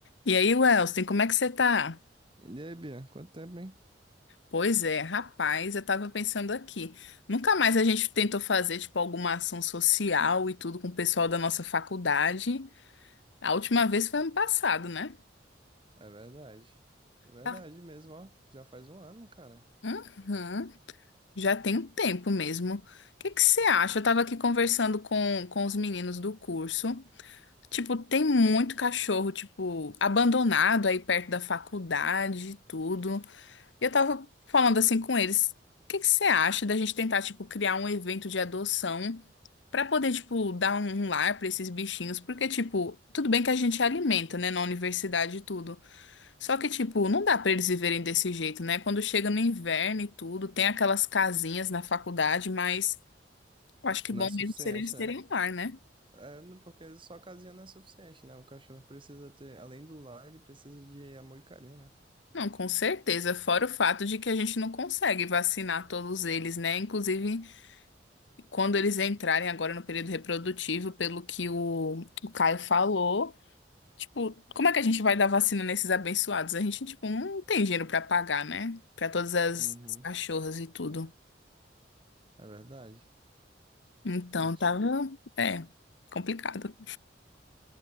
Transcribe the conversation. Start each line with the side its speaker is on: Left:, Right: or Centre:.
Left: E aí, Welston, como é que você tá?
Right: E aí, Bia, quanto tempo, hein?
Left: Pois é, rapaz, eu tava pensando aqui. Nunca mais a gente tentou fazer, tipo, alguma ação social e tudo com o pessoal da nossa faculdade. A última vez foi ano passado, né?
Right: É verdade. É verdade
Left: Tá.
Right: mesmo, ó. Já faz um ano, cara.
Left: Uhum. Já tem um tempo mesmo. O que que você acha? Eu tava aqui conversando com, com os meninos do curso. Tipo, tem muito cachorro, tipo, abandonado aí perto da faculdade e tudo. E Eu tava falando assim com eles. O que que você acha da gente tentar, tipo, criar um evento de adoção pra poder, tipo, dar um lar pra esses bichinhos? Porque, tipo, tudo bem que a gente alimenta, né, na universidade e tudo. Só que, tipo, não dá pra eles viverem desse jeito, né? Quando chega no inverno e tudo, tem aquelas casinhas na faculdade, mas eu acho que
Right: Não
Left: bom
Right: é suficiente,
Left: mesmo seria eles terem
Right: né?
Left: um lar, né?
Right: É, não- porque só casinha não é suficiente, né? O cachorro precisa ter, além do lar, ele precisa de amor e carinho, né?
Left: Não, com certeza. Fora o fato de que a gente não consegue vacinar todos eles, né? Inclusive. quando eles entrarem agora no período reprodutivo, pelo que o, o Caio falou, tipo, como é que a gente vai dar vacina nesses abençoados? A gente, tipo, não tem dinheiro pra pagar, né? Pra todas as,
Right: Uhum.
Left: as cachorras e tudo.
Right: É verdade.
Left: Então,
Right: E
Left: tava,
Right: ti-
Left: é, complicado.